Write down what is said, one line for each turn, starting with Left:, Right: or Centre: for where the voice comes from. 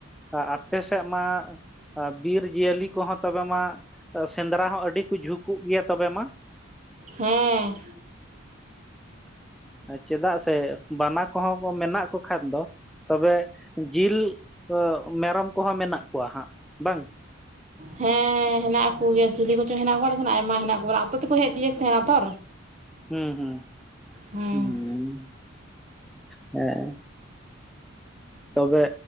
Centre: ᱟ ᱟᱯᱮ ᱥᱮᱜ ᱢᱟᱼᱼ ᱵᱤᱨ ᱡᱤᱭᱟᱹᱞᱤ ᱠᱚᱦᱚᱸ ᱛᱚᱵᱮ ᱢᱟ ᱥᱮᱸᱫᱽᱨᱟ ᱦᱚᱸ ᱟᱹᱰᱤ ᱠᱚ ᱡᱷᱩᱠᱚᱜ ᱜᱮᱭᱟ ᱛᱚᱵᱮ ᱢᱟ
Right: ᱦᱮᱸ
Centre: ᱪᱮᱫᱟᱜ ᱥᱮ ᱵᱟᱱᱟ ᱠᱚᱦᱚᱸ ᱠᱚ ᱢᱮᱱᱟᱜ ᱠᱚ ᱠᱷᱟᱱ ᱫᱚ ᱛᱚᱵᱮ ᱡᱤᱞ ᱢᱮᱨᱚᱢ ᱠᱚᱦᱚᱸ ᱢᱮᱱᱟᱜ ᱠᱚᱣᱟ ᱦᱟᱸᱜ ᱵᱟᱝ
Right: ᱦᱮᱸ ᱦᱮᱱᱟᱜ ᱠᱚᱜᱮᱭᱟ ᱪᱤᱞᱤ ᱠᱚᱪᱚ ᱦᱮᱱᱟᱜ ᱠᱚᱣᱟ ᱞᱮᱠᱷᱟᱱ ᱟᱭᱢᱟ ᱦᱮᱱᱟᱜ ᱠᱚᱣᱟᱱᱟ ᱟᱹᱛᱩ ᱛᱮᱠᱚ ᱦᱮᱡ ᱛᱤᱭᱚᱜ ᱛᱟᱦᱮᱱᱟ ᱛᱚ
Centre: ᱦᱩᱸ
Right: ᱦᱮᱸ
Centre: ᱦᱩᱸ ᱦᱮᱸ ᱛᱚᱵᱮ